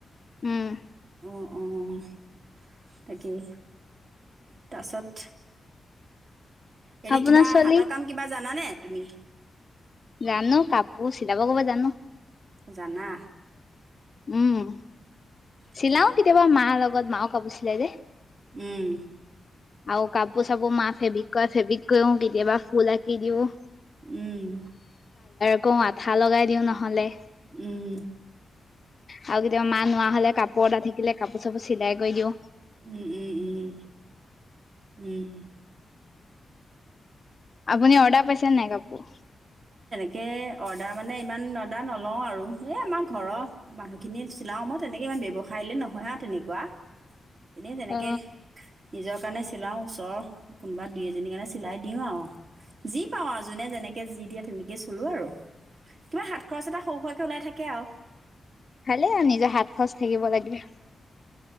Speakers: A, on the left (about 35°); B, on the right (about 50°).
A: উম।
B: অ', অ', তাকেই তাছত এনে
A: আপোনাৰ
B: কিবা
A: ছোৱালী
B: হাতৰ কাম কিবা জানানে? তূমি
A: জানো কাপোৰ চিলাব কব জানো।
B: জানা।
A: উম
B: তাকেই
A: চিলাও কেতিয়াবা মা লগত কত মাও কাপুছিলে যে।
B: উম।
A: আৰু কাপোৰ চাপোৰ মাহ ফেব্ৰিক কৰা ফেব্ৰিক কৰিও কেতিয়াবা ফুল আঁকি দিও।
B: উম।
A: আকৌ আঠা লগাই দিওঁ নহ'লে।
B: উম।
A: আৰু কেতিয়াবা মা নোৱা হলে কাপোৰ এটা থ। দিলে কাপোৰ চাপোৰ চিলাই কৰি দিওঁ।
B: উম, উম, উম, উম।
A: আপুনি অৰ্ডাৰ পাইছে নাই কাপোৰ।
B: তাকে অৰ্ডাৰ মানে ইমান অৰ্ডাৰ নলওঁ আৰু এই আমাৰ ঘৰৰ মানুহখিনি চিলাওঁ মই তেনেকৈ ইমান ব্যৱসায়িললৈ নহয় আৰু তেনেকুৱা। এনে তেনেকে।
A: অ
B: নিজৰ কাৰণে চিলাওঁ ওচৰৰ কোনোবা দুই এজনীৰ কাৰণে চিলাই দিওঁ আৰু। যি পাওঁ আৰু যোনে যেনেকে যি দিয়ে তেনেকে চলো আৰু কিবা হাত খৰচ এটা সৰু সোৱকে ওলাই থাকে আৰু।
A: ভালে আৰু নিজৰ হাত খচ থাকিব লাগে।